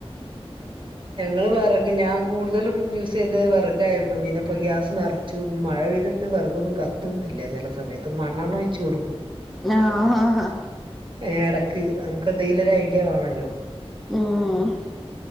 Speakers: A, on the right (about 50°); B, in the centre.
A: ഞങ്ങള് വെറക് ഞാകൂടുതലും യൂസ് ചെയ്ത് വെറകാര്ന്നു പിന്നെ ഇപ്പ ഗ്യാസ് നറ ച്ചു മഴപെയ്തിട്ട് വെറകൊന്നും കത്തുന്നില്ല ചെല സമയത്ത് മണെണ്ണ ഒഴിച്ച് കൊടുക്കും.
B: ഞാ ഹ ഹ
A: ഏഹ് എടക്ക് നമുക്കെന്തേലൊരു ഐഡ്യ വാണല്ലോ.
B: ഉം.